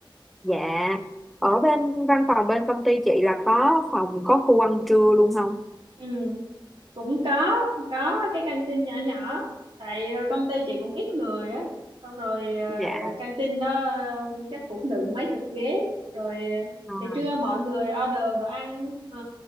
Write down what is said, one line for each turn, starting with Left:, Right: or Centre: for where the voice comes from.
Centre: dạ ở bên văn phòng bên công ty chị là có phòng có khu ăn trưa luôn không
Right: ừ cũng có có cái căng tin nhỏ nhỏ tại ờ, công ty chị cũng ít người á xong rồi ờ,
Centre: dạ
Right: căng tin đó ờ, chắc cũng được mấy chục ghế rồi ờ,
Centre: à.
Right: thì trưa mọi người order đồ ăn ờ,